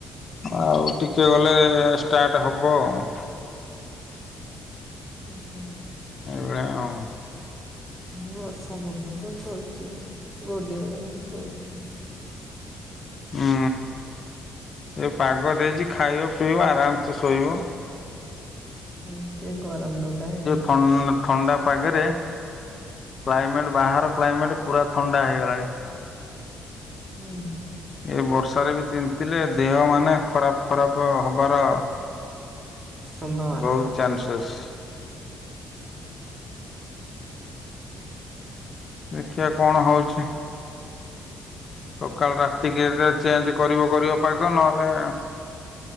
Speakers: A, on the left; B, on the right.
A: ଆଉ ଟିକେ ଗଲେ ଷ୍ଟାର୍ଟ ହବ ଆଉ।
B: ଉଁ ହୁଁ।
A: ଏଇଭଳିଆ ଆଉ
B: ବର୍ଷା ପକଉଛି ତୋ ସୋଇଛୁ ଘୋଡେଇ ଘୁଡ଼ା ହେଇକି ଶୋଇଛି।
A: ହୁଁ -ଏ ପାଗ ଦେଇଛି ଖାଇବ ପିଇବ ଆରାମସେ ଶୋଇବ।
B: ହୁଁ ଟିକେଗରମ ଦରକାରେ।
A: ଥନ୍‌ ଥଣ୍ଡା ପାଗରେ କ୍ଲାଇମେଟ ବାହାର କ୍ଲାଇମେଟ ପୁରା ଥଣ୍ଡା ହେଇଗଲାଣି।
B: ହୁଁ।
A: ଏ ବର୍ଷାରେ ବି ଚିନ୍ତିଲେ ଦେହ ମାନେ ଖରାପ୍ ଖରାପ୍ ହବାର
B: ସମ୍ଭାବନା
A: ବହୁତ୍ ଚାନ୍ସେସ୍। ଦେଖିଆ କଣ ହେଉଛି। ସକାଳ ରାତିକି ଚେଞ୍ଜ କରିବ କରିବ ପାଗ ନହେଲେ